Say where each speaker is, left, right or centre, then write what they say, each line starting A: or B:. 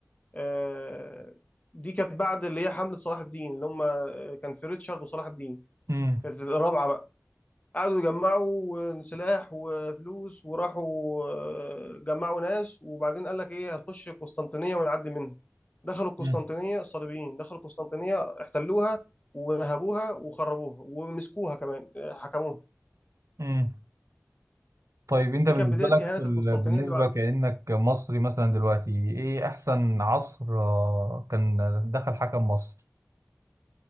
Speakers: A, on the left; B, on the right.
A: آه، دي كانت بعد اللي هي حملة صلاح الدين اللي هم آه، كان في ريتشارد وصلاح الدين
B: امم
A: كانت الرابعة بقى قعدوا يجمعوا سلاح وفلوس وراحوا آه، جمعوا ناس وبعدين قال لك ايه هنخش القسطنطينية ونعدي منها دخلوا القسطنطينية
B: امم
A: الصليبيين دخلوا القسطنطينية احتلوها ونهبوها وخربوها ومسكوها كمان آه، حكموها
B: أمم. طيب انت
A: دي
B: بالنسبه
A: كانت بداية
B: لك
A: إهانة
B: في ال...
A: القسطنطينية
B: بالنسبه
A: اللي بعد
B: كانك مصري مثلا دلوقتي ايه احسن عصر آه، كان دخل حكم مصر